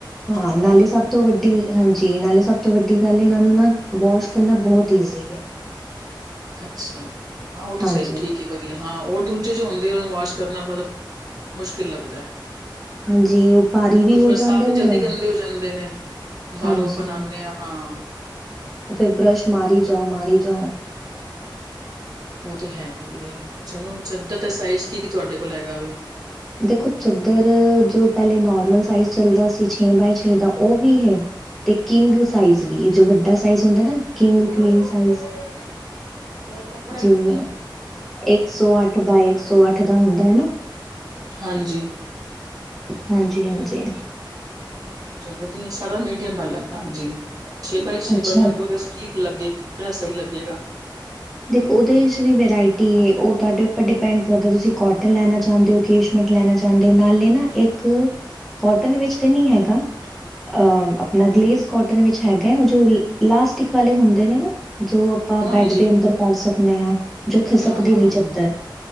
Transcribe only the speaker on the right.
ਵਧੀਆ,
ਅੱਛਾ ਹਾਂ ਉਹ ਤਾਂ
ਸਹੀ ਠੀਕ। ਵਧੀਆ ਹਾਂ ਹੋਰ ਦੂਜੇ ਜੇ ਹੁੰਦੇ, ਉਹਨੂੰ ਵਾਸ਼ ਕਰਨਾ ਥੋੜਾ ਹਾ ਮੁਸ਼ਕਿਲ ਲੱਗਦਾ ਹੈ।
ਕੋਈ
ਬਰਸਾਤ
ਤੇ
ਜਲਦੀ ਗੰਦੇ ਹੋ ਜਾਂਦੇ ਨੇ, ਬਾਹਰੋਂ
ਆਪਾਂ ਆਉਦੇ ਹਾਂ। ਹਾਂ।
ਉਹ ਤਾਂ ਹੈਗੀ ਹੈ, ਚਲੋ ਚਾਦਰ ਦਾ ਸਾਈਜ਼ ਕੀ ਕੀ ਤੁਹਾਡੇ ਕੋਲ ਹੈਗਾ?
ਮੋ
ਤੋਂਲੀਆਂ
ਮੈਦੇ ਹੋਰ ਕਪੜਾ
ਕੋ
ਹਾਂਜੀ।
ਚਲੋ ਵਧੀਆ ਸਾਰਾ ਮੀਡੀਅਮ ਵਾਲਾਂ, ਹਾਂਜੀ ਛੇ ਬਾਏ ਛੇ
ਪਾਂਗੇ ਉਹ ਅਸੀਂ। ਕੀ ਲੱਗੇ, ਕਿਹੜਾ ਸਹੀ ਲੱਗੇਗਾ।
ਹਾਂਜੀ
ਹਾਂ ਹਾਂ